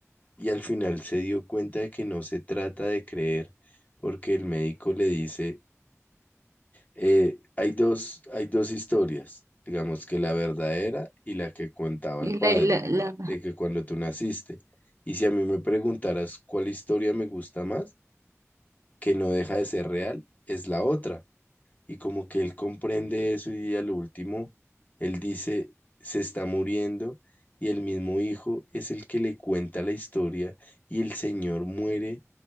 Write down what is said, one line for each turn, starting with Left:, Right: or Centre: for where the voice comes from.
Left: y al final se dio cuenta de que no se trata de creer, porque el médico le dice, eh, hay dos, hay dos historias, digamos que la verdadera y la que contaba
Right: Y
Left: el padre,
Right: la, y la, la...
Left: de que cuando tú naciste. Y si a mí me preguntaras cuál historia me gusta más, que no deja de ser real, es la otra. Y como que él comprende eso y a lo último, él dice, se está muriendo y el mismo hijo es el que le cuenta la historia y el señor muere